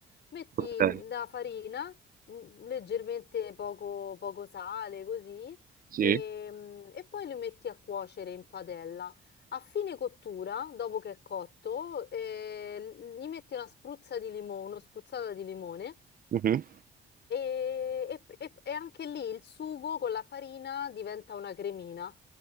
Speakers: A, on the left; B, on the right.
A: Metti
B: ok,
A: mm, la farina mm, leggermente poco, poco sale, così,
B: sì.
A: e, mm, e poi li metti a cuocere in padella. A fine cottura, dopo che è cotto, eh, gli metti una spruzza di limone, una spruzzata di limone
B: Mhm.
A: e, e- e- e anche lì il sugo con la farina diventa una cremina.